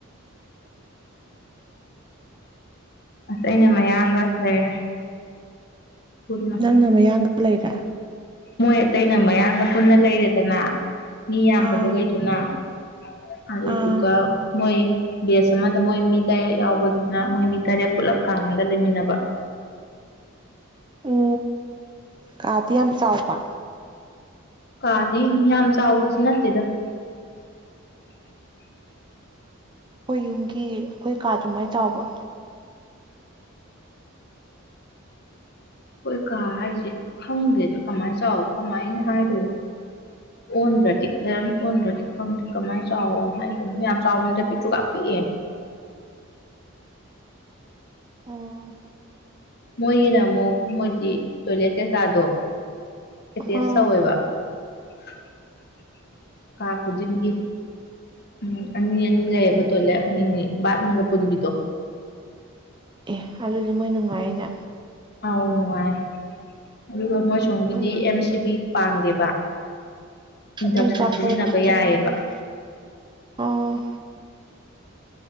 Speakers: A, on the left; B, on the right.
A: ꯑꯩꯅ ꯃꯌꯥꯡꯒ ꯂꯩꯔꯦ ꯄꯨꯟꯅ
B: ꯅꯪꯅ ꯃꯌꯥꯡ ꯂꯩꯔꯦ
A: ꯃꯣꯏ ꯑꯇꯩꯅ ꯃꯌꯥꯡꯒ ꯄꯨꯟꯅ ꯂꯩꯔꯦꯗꯅ ꯃꯤ
B: ꯑꯥ
A: ꯌꯥꯝꯗꯕꯈꯩꯗꯨꯅ <unintelligible> ꯑꯗꯨꯗꯨꯒ
B: ꯑꯥ
A: ꯃꯣꯏ ꯕꯦꯁ ꯑꯃꯗ ꯃꯣꯏ ꯃꯤ ꯇꯔꯦꯠ ꯌꯥꯎꯕꯗꯨꯅ ꯃꯣꯏ ꯃꯤ ꯇꯔꯦꯠ ꯄꯨꯂꯞ ꯀꯥ ꯑꯃꯗ ꯄꯨꯜꯂꯞ ꯂꯩꯃꯤꯟꯅꯕ
B: ꯑꯣ ꯀꯥꯗꯤ ꯌꯥꯝ ꯆꯥꯎꯕ
A: ꯀꯥꯗ ꯌꯥꯝ ꯆꯥꯎꯕꯗꯤ ꯅꯠꯇꯦꯗ <unintelligible>
B: ꯑꯩꯈꯣꯏ ꯌꯨꯝꯒꯤ ꯑꯩꯈꯣꯏ ꯀꯥ ꯑꯗꯨꯃꯥꯏꯅ ꯆꯥꯎꯕ
A: ꯑꯩꯈꯣꯏ ꯀꯥ ꯍꯥꯏꯁꯦ ꯈꯪꯗ꯭ꯔꯦꯗ ꯀꯃꯥꯏꯅ ꯆꯥꯎ ꯀꯃꯥꯏꯅ ꯍꯥꯏꯗꯣꯏꯅꯣ ꯑꯣꯟꯗ꯭ꯔꯗꯤ ꯐꯖꯅ ꯑꯣꯟꯈ꯭ꯔꯗꯤ ꯈꯪꯗꯦ ꯀꯃꯥꯏꯅ ꯆꯥꯎ ꯍꯥꯏꯗꯣꯏꯅꯣ ꯌꯥꯝ ꯆꯥꯎꯕꯗ ꯄꯤ꯭ꯔꯨꯀꯥꯞ ꯄꯤꯛꯑꯦ
B: ꯑꯣ
A: ꯃꯣꯏꯒꯤꯅ ꯑꯃꯨꯛ ꯃꯣꯏꯗꯤ ꯇꯣꯏꯂꯦꯠ ꯀꯩ ꯀꯥꯗꯣ ꯑꯦꯇꯦꯁ
B: ꯑꯥ
A: ꯇꯧꯋꯦꯕ <unintelligible> ꯀꯥ ꯈꯨꯗꯤꯡꯒꯤ ꯎꯝ ꯑꯅꯤ ꯑꯅꯤ ꯂꯩꯌꯦꯕ ꯇꯣꯏꯂꯦꯠ ꯑꯅꯤꯅꯤ ꯕꯥꯠ ꯔꯨꯝꯒ ꯄꯨꯟꯕꯤꯗꯣ
B: ꯑꯦ ꯑꯗꯨꯗꯤ ꯃꯣꯏ ꯅꯨꯡꯉꯥꯏꯅ
A: ꯑꯥꯎ ꯅꯨꯡꯉꯥꯏ ꯑꯗꯨꯒ ꯃꯣꯏ ꯁꯣꯝꯒꯤꯗꯤ
B: ꯎꯝ
A: ꯑꯦꯝ ꯁꯤ ꯕꯤ ꯄꯥꯟꯗꯦꯕ ꯏꯟꯗꯛꯁꯟ
B: ꯃꯩ ꯆꯥꯛꯄꯗ
A: ꯁꯤꯖꯤꯟꯅꯕ
B: ꯈꯪꯉꯛꯀꯅꯤ
A: ꯌꯥꯌꯦꯕ
B: ꯑꯥ